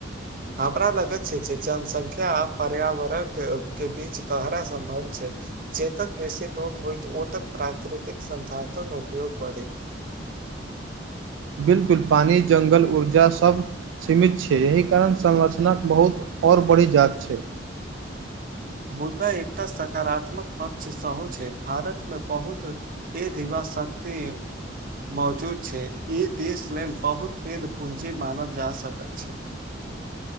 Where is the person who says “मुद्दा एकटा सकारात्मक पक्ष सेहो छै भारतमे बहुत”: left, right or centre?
Right